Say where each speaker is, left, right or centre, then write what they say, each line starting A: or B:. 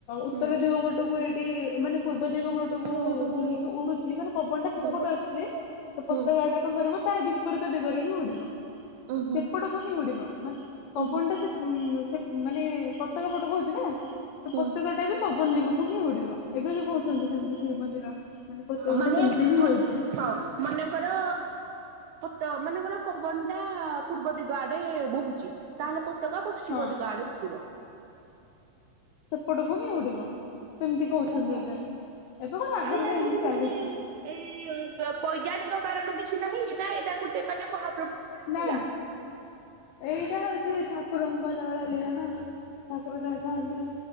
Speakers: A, on the left (about 85°); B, on the right (about 75°).
A: ଉତ୍ତର
B: ହୁଁ
A: ଦିଗ ପଟକୁ ଏଇଟି ମାନେ ପୂର୍ବ ଦିଗ ପଟକୁ
B: ସେଠୁକୁ
A: ବୁଲିକି ଉଡୁଚି ମାନେ ପବନଟା ସେପଟୁ
B: ହୁଁ
A: ଆସୁଛି। ତ
B: ଉଁ
A: ପତକାଟା କଁ କରିବ ତାର ବିପରୀତ ଦିଗରେ ହିଁ ଉଡିବ।
B: ହୁଁ
A: ସେପଟକୁ ହିଁ ଉଡିବ ମାନ ପବନଟା
B: ଉଁ ହୁଁ
A: ସେ ଉମ୍ ସେ ମାନେ ପତକା ପଟକୁ ଅଛି ନା। ତ
B: ହୁଁ।
A: ପତାକା ଟା ବି ପବନ ଦିଗକୁ ହିଁ ଉଡିବ ଏବେ ବି କହୁଛନ୍ତି ଯେମତି ଶ୍ରୀମନ୍ଦିର ମାନେ ପତାକାଟା
B: ମାନେ
A: ସେମିତି ହିଁ
B: ମ
A: ହଉଛି
B: ହଁ ମନେଙ୍କର ତ ମନେକର ପବନ ଟା ପୂର୍ବ ଦିଗ ଆଡେ ବହୁଛି, ତାହେଲେ ପ ତକା ପଶ୍ଚିମ
A: ହଁ
B: ଦିଗ ଆଡେ ଉଡିବ।
A: ଏପଟକୁ ହିଁ ଉଡିବ କେମତି କହୁଛନ୍ତି
B: ଓହୋ
A: ଏବେ ଏବେ କଣ ଆଗରୁ
B: ଆଉ ୟାର
A: ବି ଏମିତି
B: କିଛି
A: ଚାଲିଛି
B: ମାନେ ଏଁ ବୈଜ୍ଞାନିକ କାରଣ ବି କିଛି ନାହିଁ, ନା ଏଇଟା ଗୋଟେ ମାନେ ମହାପ୍ରଭୁଙ୍କର
A: ନା
B: ଲୀଳା?
A: ନା। ଏଇଟା ହୋଉଛି ଠାକୁରଙ୍କ ଲୀଳା ନା ଆଉ ଠାକୁର ଯାଇଥାନ୍ତି।